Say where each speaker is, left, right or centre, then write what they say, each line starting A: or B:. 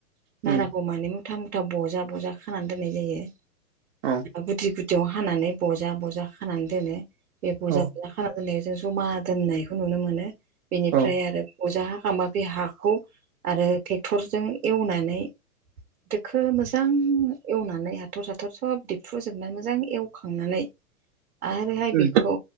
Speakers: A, on the right; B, on the right.
A: नाराखौ
B: उम
A: माने मुथा मुथा बजा बजा खानानै दोननाय जायो
B: औ
A: गुदि गुदि खथियाव हानानै बजा बजा खानानै दोनो बे बजा
B: औ
A: बजा खाना दोननायखौ जों जमा दोननायखौ नुनो मोनो बेनिफ्राय
B: औ
A: आरो अजा हाखांबा बे हाखौ आरो ट्रेक्टरजों एवनानै दोखो मोजां एवनानै हाथर साथर सब दिफ्रुजोबनानै मोजां एवखांनानै
B: <inaudible>
A: आरोहाय
B: उम
A: बेखौ